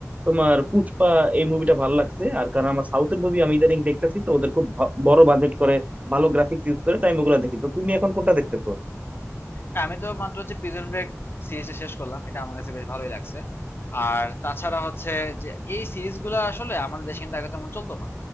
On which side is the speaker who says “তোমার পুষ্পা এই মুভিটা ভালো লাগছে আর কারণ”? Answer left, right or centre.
Right